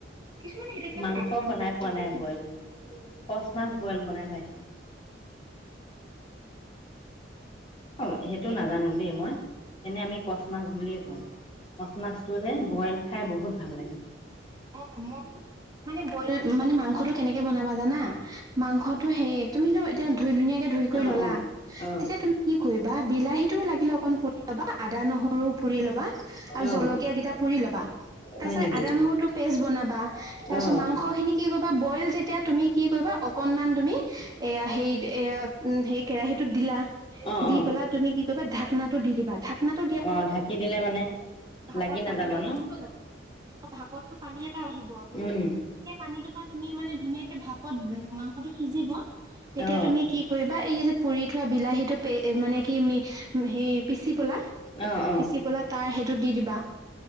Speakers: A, on the right; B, on the left.
A: কিছুমানে সেইটো কিবা
B: মাংস
A: কাতলা
B: বনাই
A: মাছ
B: পোৱা
A: বুলি
B: নাই বইল
A: নেকি?
B: কচ মাছ বইল বনাই পাইছোঁ। অহ সেইটো নাজানো দেই মই। এনে আমি কচ মাছ বুলিয়ে কওঁ কচ মাছটো যে বইল খাই বহুত ভাল লাগে।
A: অ মই মানে বইল মানে মাংসটো কেনেকে বনাবা জানা মাংসটো সেই তুমি এতিয়া ধুই ধুনীয়াকে ধুই কৰি
B: অ
A: ললা
B: অ অ
A: তেতিয়া তুমি কি কৰিবা বিলাহীটো লাগিলে। অকণ পুৰি ল'বা আদা নহৰু পুৰি ল'বা আৰু
B: অ
A: জলকীয়া কিটা পুৰি ল'বা তাৰ
B: হয়
A: পিছত
B: নেকি
A: আদা নহৰুতো পেষ্ট বনাবা তাৰ পিছত
B: অ
A: মাংস খিনি কি কৰিবা বইল যেতিয়া তুমি কি কৰিবা অকনমান তুমি এয়া সেই এয়া উ সেই কেৰাহীটোত দিলা
B: অ
A: দি
B: অ
A: পেলাই তুমি কি কৰিবা ঢাক নাটো দি দিবা ঢাক আপনো দিয়াত
B: অ
A: চেকাতো
B: ঢাকি
A: ফুলি
B: দিলে
A: আহিব
B: মানে
A: ভাপত
B: লাগি নাযাব
A: পানী এটা
B: ন
A: নাহিব জানো অ ভাগত পানীত আহিব
B: উম
A: সেই পানীতো তুমি মানে ধুনীয়াকে ভাপত মাংসটো সিজিব এতিয়া
B: অ
A: তুমি কি কৰিবা এই যে পুৰি থোৱা বিলাহী টো পে মানে কি মিক্স সেই পিচি পলা
B: অ অ
A: পিচি পলা তাৰ সেইটো দি দিবা